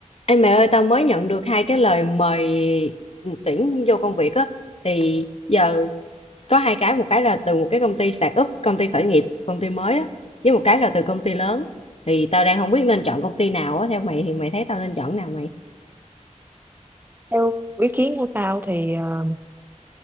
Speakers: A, on the left; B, on the right.
A: Ê mẹ ơi, tao mới nhận được hai cái lời mời tuyển vô công việc á thì giờ có hai cái, một cái là từ một cái công ty start up, công ty khởi nghiệp, công ty mới á, với một cái là từ công ty lớn. Thì tao đang không biết nên chọn công ty nào á, theo mày thì mày thấy tao nên chọn nào mày?
B: theo ý kiến của tao thì ờ,